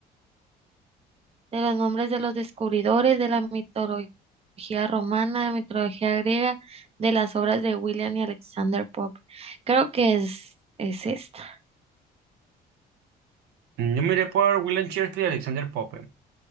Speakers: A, on the right (about 35°); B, on the right (about 85°).
A: De los nombres de los descubridores, de la mitología romana, de la mitología griega, de las obras de William y Alexander Pope. Creo que es, es esta.
B: Mm, Yo miré por William Shakespeare y Alexander Pope.